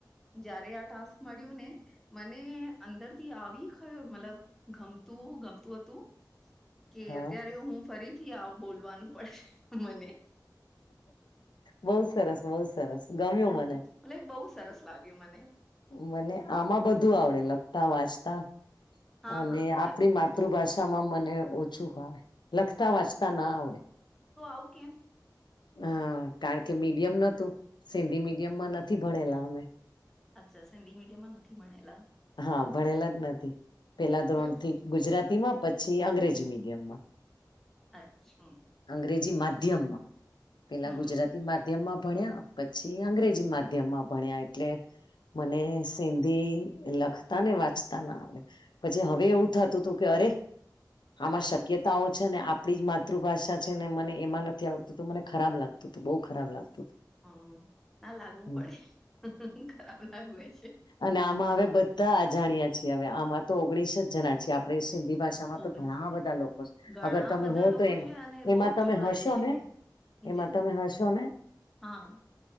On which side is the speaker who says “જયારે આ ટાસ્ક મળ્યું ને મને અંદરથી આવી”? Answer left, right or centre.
Centre